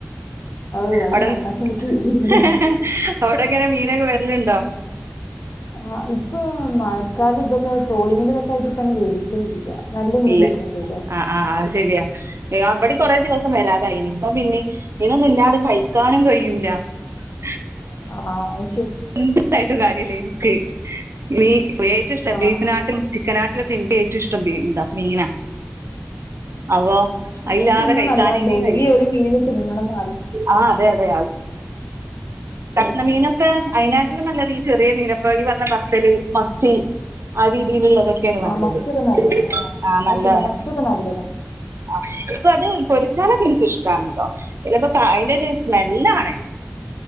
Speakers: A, on the left (about 80°); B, on the right (about 80°).
A: അത് അത്
B: അവിടെ
A: നന്നാക്കി എനിക്ക്
B: ആആ അവിടെങ്ങനെ മീനൊക്കെ വരലുണ്ടോ?
A: ആ ഇപ്പൊ മഴക്കാലം ഇതൊക്കെ ട്രോളിങ്ങിന്റെറെതൊക്കെ ആയിട്ട് ഇപ്പൊ <unintelligible> ല്ല നല്ല മീൻ
B: ഇല്ല
A: കിട്ടണല്ലേല്ലോ?
B: ആഹ് ആഹ് അത് ശരിയാ അവിടെ കൊറെേ ദിവസം. വരാതായിനി ഇപ്പ പിന്നെ മീനൊന്നും ഇല്ലാെ കഴിക്കാനും കഴിയൂല. <unintelligible>
A: ആഹ് അ
B: എന്തണ്ടായിട്ടും കാര്യല്ലേ എനിക്ക് നീ ഏറ്റവും ഇഷ്ട
A: ആഹ്
B: ബീഫിനാട്ടിലും ചിക്കനാട്ടിലും എനിക്ക് ഏറ്റവും ഇഷ്ടംഇതാ മീന അപ്പൊ അയിലാണ്ടെ
A: മീൻ തിന്നണ
B: കഴിക്കാനേ
A: നല്ലാണ് ഡെയിലി
B: കഴി
A: ഒരു മീനിനെ തിന്നണംന്ന് നല്ല
B: ആ അതെ അതെ കക്ഷണമീനൊക്കെ അതിനാട്ടിലും നല്ലത് ഈ ചെറിയ മീനൊ പറഞ്ഞ വത്തല് മത്തി ആ രീതിയിലുള്ള അതൊക്കെയാണ്
A: ആഹ്
B: നല്ലത്
A: മത്തിയൊക്കെ നല്ല ആഹ്
B: ആഹ
A: അത്
B: നല്ലതാണ്
A: ശരിയാ മത്തിയൊക്കെ നല്ലതാണ്
B: ആ ഇപ്പൊ അത് പൊരിച്ചാലൊക്കെ എനിക്ക് ഇഷ്ടണട്ടോ ചിലപ്പോ അതിന്റെ ഒരു സ്മെല്ലാണ്